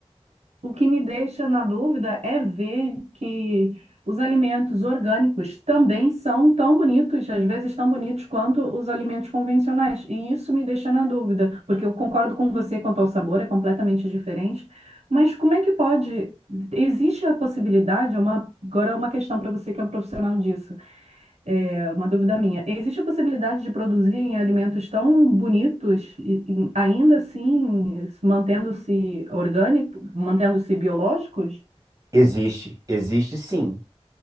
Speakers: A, on the right; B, on the right.
A: O que me deixa na dúvida é ver que os alimentos orgânicos também são tão bonitos, às vezes tão bonitos quanto os alimentos convencionais. E isso me deixa na dúvida, porque eu concordo com você quanto ao sabor, é completamente diferente. Mas como é que pode? Existe a possibilidade, é uma, agora é uma questão para você que é um profissional disso. É uma dúvida minha. Existe a possibilidade de produzirem alimentos tão bonitos e, e ainda assim mantendo-se orgânico, mantendo-se biológicos?
B: Existe, existe sim.